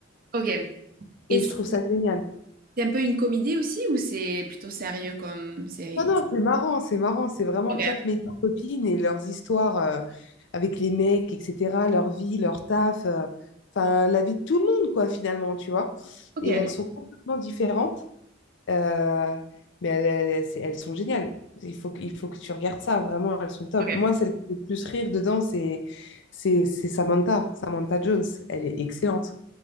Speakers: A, on the right (about 45°); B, on the left (about 65°).
A: ok. Et
B: Et
A: c'est
B: je trouve ça génial.
A: c'est un peu une comédie aussi ou c'est plutôt sérieux comme série?
B: Non, non, c'est marrant, c'est marrant. C'est vraiment
A: Ok,
B: quatre meilleures copines et leurs histoires euh, avec les mecs, etc. Leur vie, leur taf, euh, enfin, la vie de tout le monde, quoi, finalement, tu vois.
A: ok,
B: Et elles sont complètement différentes, euh, mais elles, elles- c'est- elles sont géniales. Il faut, que- il faut que tu regardes ça, vraiment, elles sont top.
A: ok.
B: Moi, celle qui fait le plus rire dedans, c'est c'est- c'est Samantha, Samantha Jones. Elle est excellente.